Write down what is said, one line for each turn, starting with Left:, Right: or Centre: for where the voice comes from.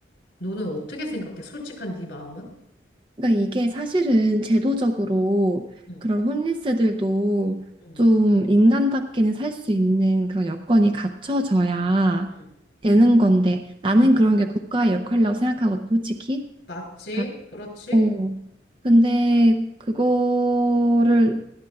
Left: 너는 어떻게 생각해? 솔직한 네 마음은?
Right: 그러니까 이게 사실은 제도적으로
Left: 응,
Right: 그런 홈리스들도
Left: 응,
Right: 좀 인간답게는 살 수 있는 그런 여건이 갖춰져야
Left: 응,
Right: 되는 건데 나는
Left: 응.
Right: 그런 게 국가의 역할이라고 생각하거든, 솔직히.
Left: 맞지?
Right: 그러니까,
Left: 그렇지?
Right: 어. 근데 그거를